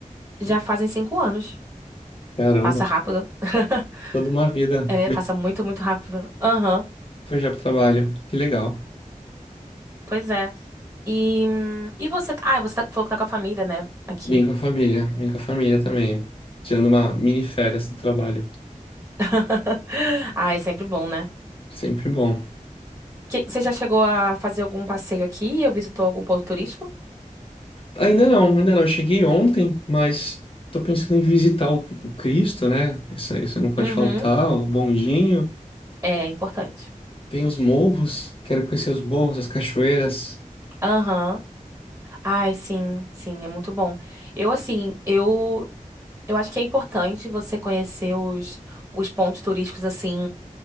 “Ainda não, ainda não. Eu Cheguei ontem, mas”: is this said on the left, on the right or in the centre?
Left